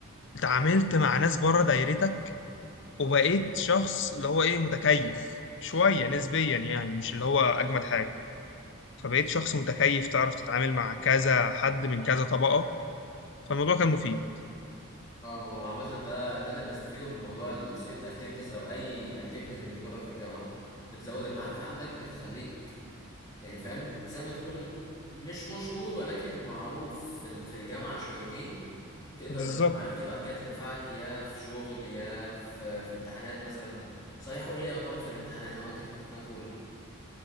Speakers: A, on the left; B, on the left.
A: اتعاملت مع ناس بره دايرتك وبقيت شخص اللي هو ايه متكيف شويه نسبيا يعني مش اللي هو اجمد
B: فاهم
A: حاجه فبقيت شخص متكيف تعرف تتعامل مع كذا حد من كذا طبقه فالموضوع كان مفيد
B: اه ما هو عامة ده ده اللي بنستفيده من موضوع ال student activities أو أي activities بندخلها في الجامعة بتزود المعارف عندك بتخليك يعني فاهم زي ما تقول مش مشهور ولكن معروف في ال- في الجامعة شويتين تقدر
A: بالظبط
B: المعارف دي بعد كده تنفعك يا في شغل يا في في امتحانات مثلا صحيح قول لي أخبارك في الامتحانات عملت إيه في امتحانات أولى